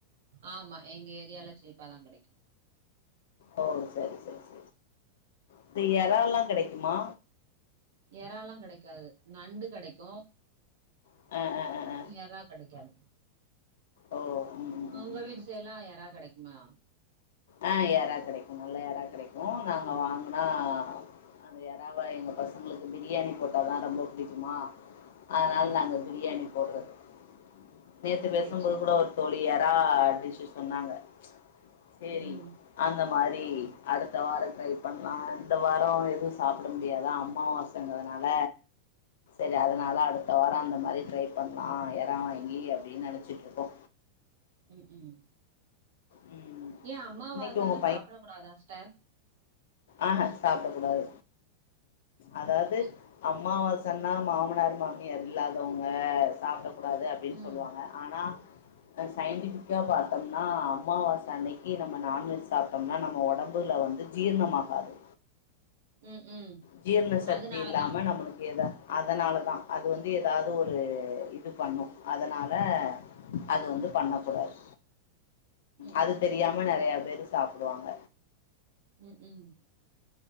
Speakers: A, on the right; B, on the left.
A: ஆமா எங்க ஏரியால சீப்பாதா கெடைக்கு
B: ஓ சரி சரி ச இந்த எறால்லா கெடைக்குமா
A: எறாலா கெடைக்காது நண்டு கெடைக்கு
B: அ அ அ
A: எறா கெடைக்காது
B: ஓ ம் ம் ம்
A: உங்க
B: ம்
A: வீட்டு சைட்ல்லா எறா கெடைக்குமா
B: ஆ எறா கெடைக்கு நல்ல ஏறா கெடைக்கு
A: ஆ
B: நாங்க
A: ஆ
B: வாங் ஆ அது எறாவ எங்க பசங்களுக்கு பிரியாணி போட்டாதா ரொம்ப பிடிக்குமா அதனால
A: ம்
B: நாங்க பிரியாணி போடுறது நேத்து பேசும்போது
A: சேரி சேரி
B: கூட ஒரு தோழி எறா டிஷ்ஷு சொன்னாங்க செரி
A: ம்
B: அந்த மாரி அடுத்த வாரோ ட்ரை பண்லா இந்த வாரோ எது சாப்பிட முடியாது அம்மாவாச ன்றதுனால செரி அதனால் அடுத்த வாரோ அந்த மாதிரி ட்ரை பண்லா எறா வாங்கி அப்டின் நெனச்சிட்ருக்கோ
A: ம் ம்
B: ம்
A: ஏ அம்மாவாசனா
B: இன்னைக்கு உங்க
A: சாப்புட கூடாதா ஸ்டர்
B: ஆஹா சாப்டக் கூடாது அதாவ்து
A: சேர் சேர்
B: அமாவாசன்னா மாமனார் மாமியார் இல்லாதவங்க சாப்ட கூடாது அப்டின்னு
A: ம்
B: சொல்லுவாங்க ஆனா அ சயின்டிஃபிக்கா பாத்தோம்னா அம்மாவாச அன்னைக்கு நம்ம நான்வெஜ் சாப் டம்னா நம்ம ஒடம்புல வந்து ஜீர்ணமாகாது
A: ம் ம்
B: ஜீரண சக்தி
A: அதனாலதா
B: இல்லாம நம்மளுக்கு எத அதனாலதா அது வந்து எதாவ்து
A: ம்
B: ஒரு த்து பண்ணு அதனால அது வந்து பண்ணக்கூடாது
A: ம்
B: அது
A: ம்
B: தெரியாம நறைய பேரு சாப்டுவாங்க
A: ம் ம்